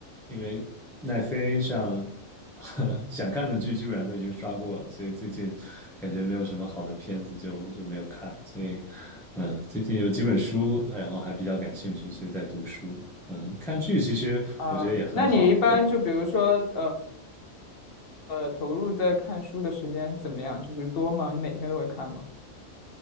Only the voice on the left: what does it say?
啊，那你一般就比如说呃
呃投入在看书的时间怎么样？就是多吗？你每天都会看吗？